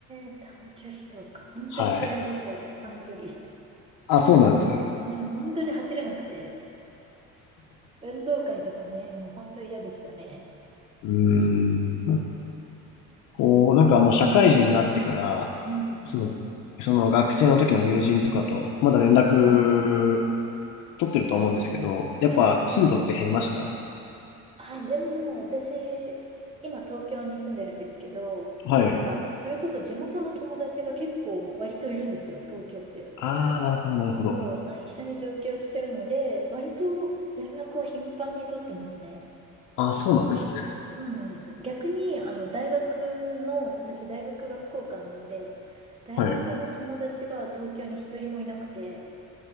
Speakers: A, on the right; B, on the left.
A: え、短距離走か。本当に嫌いでした、
B: はい。
A: 私、短距離。
B: あ、そうなんです。
A: うん、本当に走れなくて。運動会とかね、もう本当嫌でしたね。
B: うーん。こう、なんかもう社会人になってから、
A: うん。
B: その、その学生の時の友人とかと、まだ連絡
A: うんうん。
B: 取ってると思うんですけど、やっぱ頻度って減りました
A: はいはいはい。あ、でも、私、今東京に住んでるんですけど、
B: はい。
A: なんか、それこそ地元の友達が結構割といるんですよ、東京って。
B: ああ、なるほど、なるほど。
A: そう、な、一緒に上京してるので、割と連絡は頻繁に取ってますね。
B: ああ、そうなんですね。
A: そうなんです。逆に、あの、大学の、私大学が福岡なので、大学の友達が東京に一人もいなくて、
B: はい。